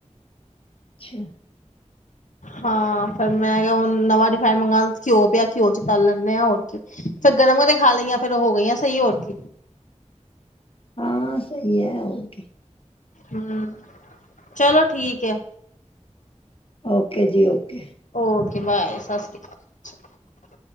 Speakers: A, on the left; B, on the left.
A: ਅੱਛਾ
B: ਹਾਂ। ਫਿਰ ਮੈਂ ਕਿਹਾ ਹੁਣ ਨਵਾਂ ਰਿਫਾਈਡ ਮੰਗਾ ਘਿਓ ਪਿਆ ਘਿਓ ਚ ਤਲ ਲੈਂਦੇ ਆ ਹੋਰ ਕੀ। ਫੇਰ ਗਰਮ ਕਰ ਕੇ ਖਾ ਲਈਆਂ ਫੇਰ ਉਹ ਹੋ ਗਈਆਂ ਸਹੀ ਹੋਰ ਕੀ।
A: ਹਾਂ, ਸਹੀ ਹੈ। ਓਕੇ।
B: ਹਾਂ ਚਲੋ ਠੀਕ ਐ।
A: ਓਕੇ ਜੀ ਓਕੇ।
B: ਓਕੇ ਬਾਏ, ਸਤਿ ਸ਼੍ਰੀ ਅਕਾਲ।